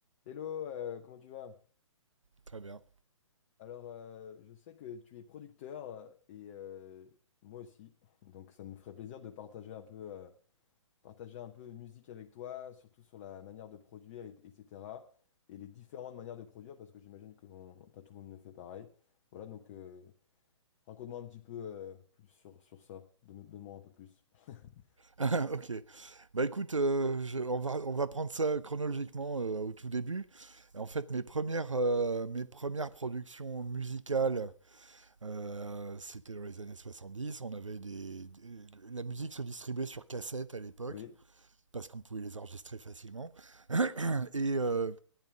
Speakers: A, on the left; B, on the right.
A: Hello, euh, comment tu vas?
B: Très bien.
A: Alors, euh, je sais que tu es producteur euh, et euh, moi aussi, <laughs> donc ça me ferait plaisir de partager un peu, euh, partager un peu musique avec toi, surtout sur la manière de produire, et- etc. Et les différentes manières de produire, parce que j'imagine que on- pas tout le monde ne fait pareil. Voilà, donc euh, raconte-moi un petit peu euh, plus sur, sur ça. Donne- Donne-moi un peu plus. <laughs>
B: <laughs> Ok. Bah écoute, euh, je- on va, on va prendre ça chronologiquement euh, au tout début. Et en fait, mes premières, euh, mes premières productions musicales, euh, c'était dans les années 70. On avait des, des- la musique se distribuait sur cassette à l'époque,
A: Oui.
B: parce qu'on pouvait les enregistrer facilement. Et euh,